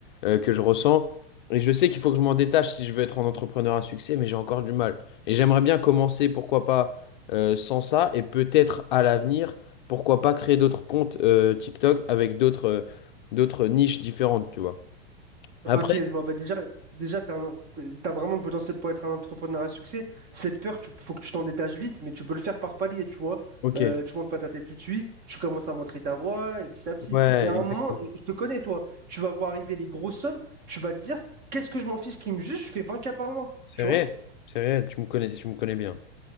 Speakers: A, on the left; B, on the right.
A: euh, que je ressens. Et je sais qu'il faut que je m'en détache si je veux être un entrepreneur à succès, mais j'ai encore du mal. Et j'aimerais bien commencer, pourquoi pas, euh, sans ça, et peut-être à l'avenir, pourquoi pas créer d'autres comptes euh, TikTok avec d'autres euh, d'autres niches différentes, tu vois. Après,
B: Ah, Ok, je vois. Bah déjà, déjà tu as, vraiment le potentiel pour être un entrepreneur à succès. Cette peur, il faut que tu t'en détaches vite, mais tu peux le faire par palier, tu vois.
A: ok.
B: Euh, tu montes pas ta tête tout de suite, tu commences à montrer ta voix, et petit à petit.
A: Ouais,
B: Et à un
A: exactement.
B: moment, je te connais, toi, tu vas voir arriver des grosses sommes, tu vas te dire, qu'est-ce que je m'en fiche qui me juge, je fais vingt k par mois,
A: C'est
B: tu
A: réel,
B: vois.
A: c'est réel, tu me connais, tu me connais bien.